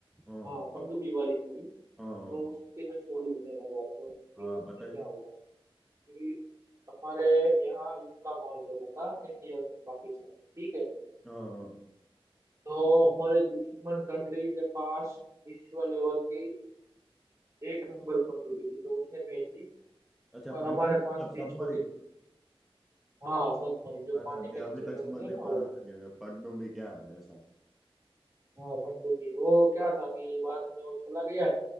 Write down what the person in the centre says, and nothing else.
हाँ
हाँ हाँ।
हाँ
बताइए
हाँ हाँ।
अच्छा
पंडित
मतलब
सबमरीन
अच्छा
मैं
अभी
तक
समझ
नहीं
पा
रहा था कि पन्नू में क्या है ऐसा